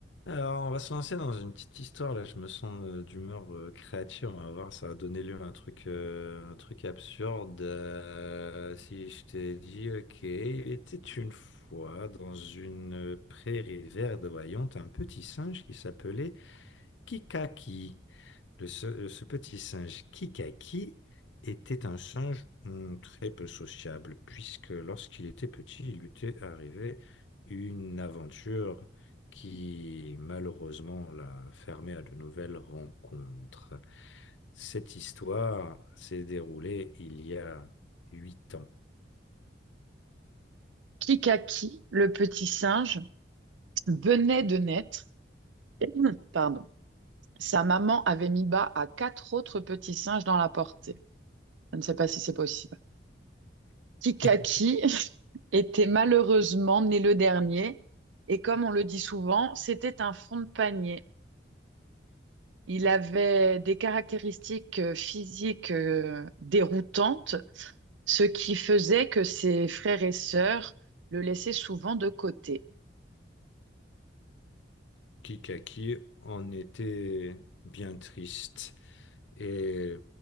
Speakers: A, on the left (about 75°); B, on the right (about 80°).
A: Alors, on va se lancer dans une petite histoire là. Je me sens euh, d'humeur euh, créative. On va voir, ça va donner lieu à un truc, euh, un truc absurde. Euh, si je t'ai dit, ok, il était une fois dans une euh, prairie verdoyante un petit singe qui s'appelait Kikaki. Le ce, ce petit singe Kikaki était un singe hum, très peu sociable, puisque lorsqu'il était petit, il lui était arrivé une aventure qui malheureusement l'a fermé à de nouvelles rencontres. Cette histoire s'est déroulée il y a huit ans.
B: Kikaki, le petit singe, venait de naître. <clears throat> Pardon. Sa maman avait mis bas à quatre autres petits singes dans la portée. Je ne sais pas si c'est possible. Kikaki
A: <laughs>
B: <laughs> était malheureusement né le dernier et comme on le dit souvent, c'était un fond de panier. Il avait des caractéristiques euh, physiques euh, déroutantes, ce qui faisait que ses frères et sœurs le laissaient souvent de côté.
A: Kikaki en était bien triste. Et